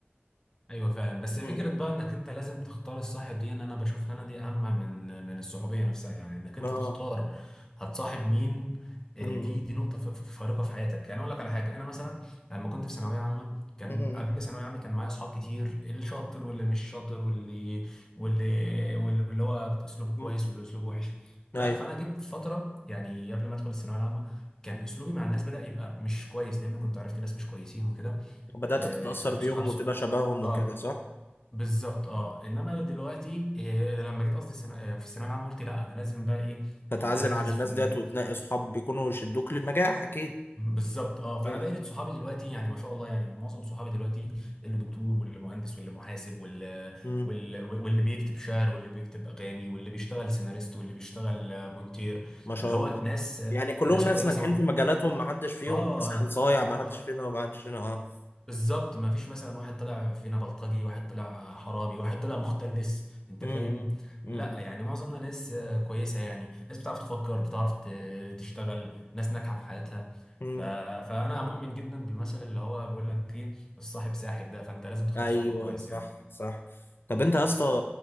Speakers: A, on the left (about 15°); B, on the left (about 65°).
A: ايوه فعلا بس
B: م-
A: فكره بقى انك انت لازم تختار الصاحب دي ان انا بشوفها انا دي اهم من من الصحوبيه نفسها يعني انك انت
B: اه
A: تختار هتصاحب مين آه،
B: م- م-
A: دي دي نقطه ف- ف- فارقه في حياتك يعني اقول لك على حاجه انا مثلا لما كنت في ثانويه عامه كان
B: م-
A: قبل ثانويه عامه كان معايا اصحاب كتير اللي شاطر واللي مش شاطر واللي واللي واللي هو اسلوبه
B: م-
A: كويس واللي اسلوبه وحش
B: ايوه
A: لا فانا جيت في فتره يعني قبل ما ادخل الثانويه العامه كان اسلوبي مع الناس بدا يبقى مش كويس لان كنت عرفت ناس مش كويسين وكده
B: بدأت
A: آه،
B: تتأثر
A: كانوا
B: بيهم
A: صحاب سوء
B: وتبقى شبههم
A: اه
B: وكده صح؟
A: بالظبط اه انما دلوقتي إيه لما جيت قصدي الثانو- آه، في الثانويه العامه قلت لا انا لازم بقى ايه
B: تتعزل
A: آه، هركز
B: عن الناس
A: في الن...
B: ديت وتنقي صحاب بيكونوا يشدوك للنجاح اكيد
A: <laughs> بالظبط اه فانا
B: آه.
A: دايره صحابي دلوقتي يعني ما شاء الله يعني معظم صحابي دلوقتي اللي دكتور واللي مهندس واللي محاسب واللي
B: مم.
A: واللي, واللي بيكتب شعر واللي بيكتب اغاني واللي بيشتغل سيناريست واللي بيشتغل آه، مونتير
B: ما شاء
A: اللي هو
B: الله
A: ناس آه،
B: يعني كلهم
A: ناس
B: ناس
A: كويسه
B: ناجحين
A: و...
B: في مجالاتهم ما حدش فيهم
A: اه
B: مثلا صايع ما حدش
A: آه،
B: فينا ما حدش فينا اه
A: بالظبط ما فيش مثلا واحد طلع فينا بلطجي واحد طلع حرامي واحد طلع مختلس انت
B: مم.
A: فاهم
B: مم.
A: لا يعني معظمنا ناس آه، كويسه يعني ناس بتعرف تفكر بتعرف ت- تشتغل ناس ناجحه في حياتها
B: مم.
A: ف... فانا مؤمن جدا بالمثل اللي هو بيقول لك ايه الصاحب ساحب ده فانت لازم تختار
B: ايوه
A: صاحبك كويس
B: صح
A: يعني
B: صح طب انت يا اسطى